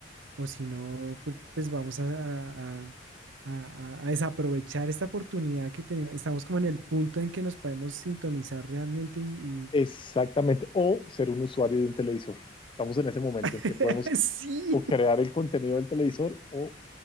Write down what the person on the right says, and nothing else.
o si no, pu- pues vamos a, a- a- a- a desaprovechar esta oportunidad que tenemos. Estamos como en el punto en que nos podemos sintonizar realmente y... y-
<laughs>
Sí,